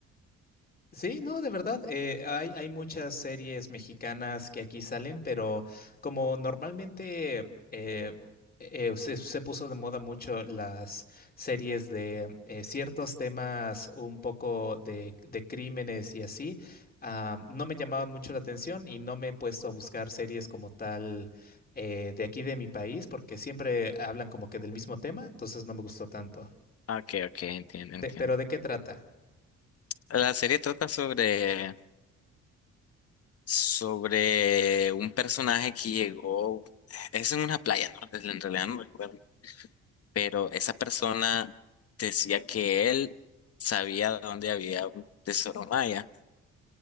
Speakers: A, on the left (about 30°); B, on the left (about 50°).
A: Sí, no, de verdad, eh, hay, hay muchas series mexicanas que aquí salen, pero como normalmente eh, eh, se, se puso de moda mucho las series de eh, ciertos temas un poco de, de crímenes y así, ah, no me llamaban mucho la atención y no me he puesto a buscar series como tal eh, de aquí de mi país, porque siempre hablan como que del mismo tema, entonces no me gustó tanto.
B: Ah, Ok, ok, entiendo,
A: De-
B: entiendo.
A: pero ¿de qué trata?
B: La serie trata sobre, sobre un personaje que llegó, es en una playa, ¿no? Pues, En realidad no recuerdo, pero esa persona decía que él sabía dónde había un tesoro maya